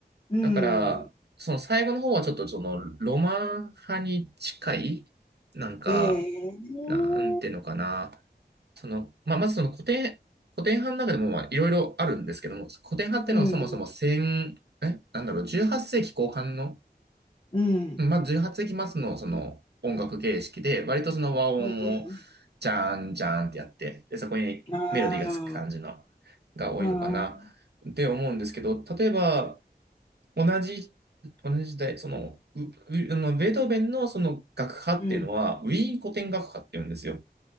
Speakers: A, on the left; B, on the right.
A: うん。
B: だからその最後の方はちょっとそのロマン派に近い、なんか、
A: ええ。
B: なんていうのかな。その、まあ、まずその古典、古典派の中でもまあいろいろあるんですけども、古典派っていうのはそもそも1え、
A: うん、うん、
B: なんだろう、18世紀後半の
A: うん、うん、
B: まあ、18世紀末のその音楽形式で、割とその和音を
A: うん。
B: ジャーンジャーンってやって、で、そこにメロディーがつく感じの
A: うんああ。
B: が多いのかな
A: あー
B: って思うんですけど、例えば同じ、同じ時代、その、ううあのベートーベンのその楽派っていうのは、
A: うん。
B: ウィーン古典楽派っていうんですよ。